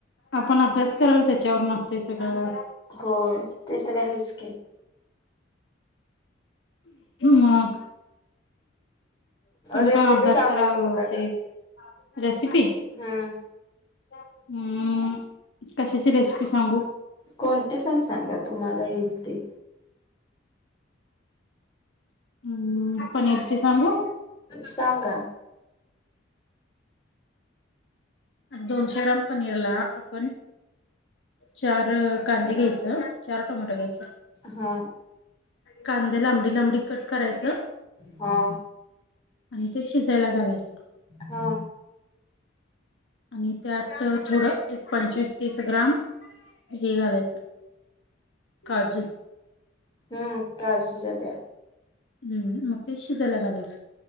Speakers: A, on the left; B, on the left.
A: आपण अभ्यास करल, त्याच्यावरनं असतंय सगळं.
B: हो, ते तरी आहेच की.
A: मग. तुम्हीपण
B: रेसिपी
A: अभ्यास
B: सांगू
A: करा
B: शकता
A: व्यवसित.
B: का?
A: रेसिपी?
B: हम्म
A: हम्म, कशाची रेसिपी सांगू?
B: कोणतीपण सांगा, तुम्हाला येईल ते.
A: हम्म पनीरची सांगू?
B: सांगा.
A: दोनशे ग्राम पनीरला आपण चार कांदे घ्यायचं, चार टोमॅटा घ्यायचं.
B: हा.
A: कांदे लांबडी लांबडी कट करायचं
B: हा.
A: आणि ते शिजायला घालायचं.
B: हा.
A: आणि त्यात थोडं एक पंचवीस तीस ग्राम हे घालायचं, काजू.
B: हम्म काजूच्या ब्या?
A: हम्म, मग ते शिजायला घालायचं.